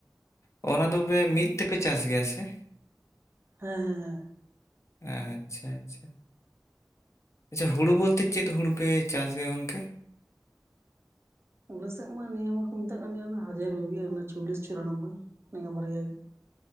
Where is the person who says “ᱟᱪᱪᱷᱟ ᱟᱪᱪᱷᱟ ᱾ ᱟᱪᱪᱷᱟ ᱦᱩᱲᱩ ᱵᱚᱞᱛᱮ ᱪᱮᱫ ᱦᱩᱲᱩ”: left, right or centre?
Left